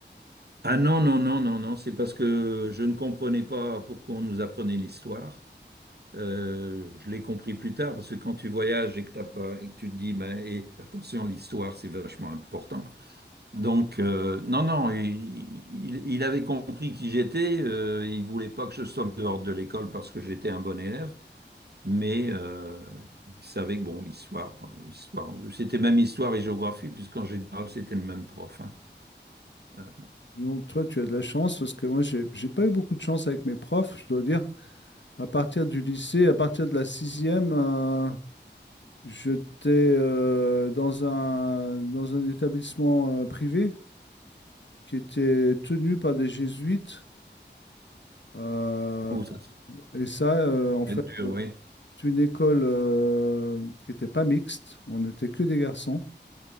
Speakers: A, on the right (about 60°); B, on the left (about 75°).
A: Ah non, non, non, non, non, c'est parce que je ne comprenais pas pourquoi on nous apprenait l'histoire. Euh, je l'ai compris plus tard, parce que quand tu voyages et que t'as pas, et que tu te dis, ben, et attention, l'histoire, c'est vachement important. Donc, euh, non, non, il, il- il avait compris qui j'étais. euh, il voulait pas que je sorte dehors de l'école parce que j'étais un bon élève, mais euh, il savait que, bon, l'histoire, l'histoire, c'était même histoire et géographie, puisqu'en général, c'était le même prof. hein. Euh,
B: Donc, toi, tu as de la chance, parce que moi, j'ai, j'ai pas eu beaucoup de chance avec mes profs, je dois dire. À partir du lycée, à partir de la sixième, euh, J'étais euh, dans un, dans un établissement euh, privé qui était tenu par des jésuites. Euh,
A: oh, ça, ça
B: et ça, euh, en fait,
A: va être dur, oui.
B: c'est une école euh, qui n'était pas mixte. On n'était que des garçons.